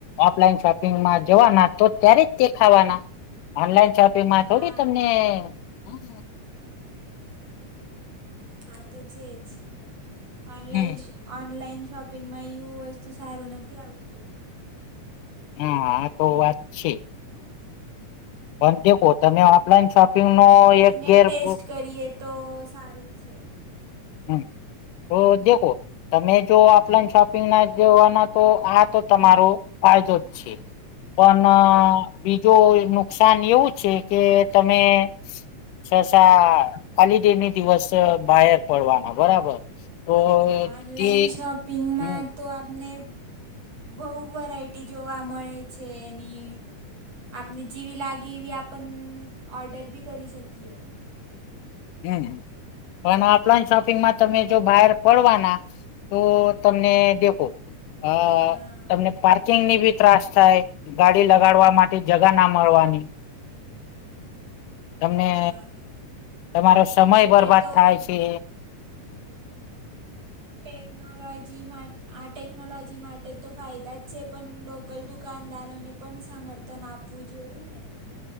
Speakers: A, on the left (about 85°); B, on the right (about 50°).
A: ઓફલાઈન શોપિંગમાં જવાના તો ત્યારે તે ખાવાના ઓનલાઈન શોપિંગમાં
B: હા
A: થોડી તમને હહ
B: આ તો છે જ ઓનલાઈન
A: હમ
B: ઓનલાઈન શોપિંગમાં યુ વસ્તુ સારું નથી આવતું.
A: હહ આ તો વાત છે. પન તે પોતાને ઓફલાઈન શોપિંગનો
B: આ જઈને
A: એક કેર
B: ટેસ્ટ
A: પ્રૂફ
B: કરીએ તો સારું જ છે.
A: હમ તો દેખો તમે જો ઓફલાઈન શોપિંગના જવાના તો આ તો તમારો ફાયદો જ છે. પન બીજો નુકસાન એવું છે. કે તમે છ સા હોલિડેની દિવસ બાયર પડવાના બરાબર? તો
B: ઓનલાઈન
A: તે
B: શોપિંગમાં
A: હમ
B: તો આપને બહુ વરાયટી જોવા મળે છે એની આપને જેવી લાગે એવી આપન ઓર્ડર બી કરી શકીએ.
A: હમ હમ પન ઓફલાઈન શોપિંગમાં તમે જો બાયર પડવાના તો તમને દેખો અ
B: હા
A: તમને પાર્કિંગની બી ત્રાસ થાય, ગાડી લગાડવા માટે જગા ના મળવાની. તમને
B: હા
A: તમારો સમય બરબાદ
B: એ તો
A: થાય છે.
B: ટેકનોલોજી માં આ ટેકનોલોજી માટે તો ફાયદા જ છે પણ લોકલ દુકાનદારોને પન સમર્થન આપવું જોઈએ ને?